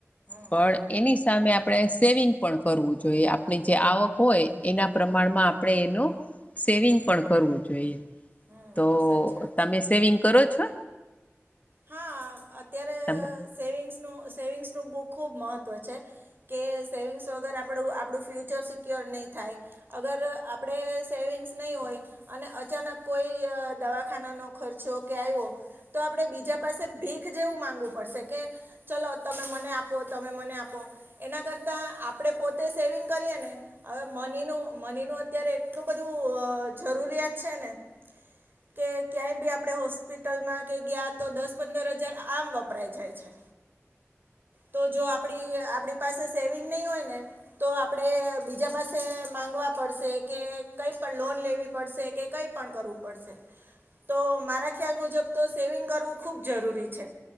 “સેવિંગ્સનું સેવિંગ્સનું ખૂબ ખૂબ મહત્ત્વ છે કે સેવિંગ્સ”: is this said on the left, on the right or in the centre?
Right